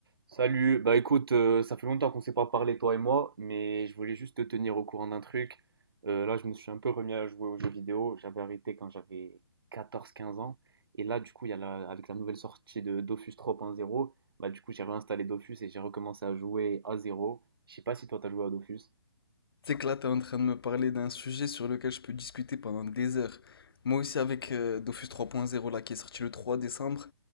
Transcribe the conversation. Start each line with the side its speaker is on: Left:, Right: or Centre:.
Right: Salut, bah écoute, euh, ça fait longtemps qu'on s'est pas parlé toi et moi, mais je voulais juste te tenir au courant d'un truc. Euh, là, je me suis un peu remis à jouer aux jeux vidéo. J'avais arrêté quand j'avais quatorze, quinze ans. Et là, du coup, il y a la- avec la nouvelle sortie de Dofus 3.0, bah du coup, j'ai réinstallé Dofus et j'ai recommencé à jouer à zéro. Je sais pas si toi, t'as joué à Dofus.
Left: Tu sais que là, tu es en train de me parler d'un sujet sur lequel je peux discuter pendant des heures. Moi aussi, avec euh, Dofus 3.0, là, qui est sorti le 3 décembre,